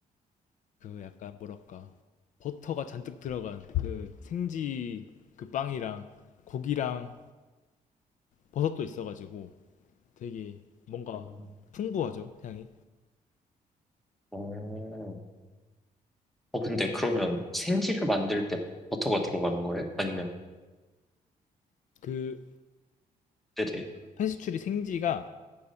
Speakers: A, on the left; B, in the centre.
A: 그 약간 뭐랄까 버터가 잔뜩 들어간 그 생지 그 빵이랑 고기랑 버섯도 있어가지고 되게 뭔가
B: 음.
A: 풍부하죠 향이
B: 오, 어, 근데 그러면 생지를 만들 때 버터가 들어가는 거예요? 아니면,
A: 그
B: 네네,
A: 페스츄리 생지가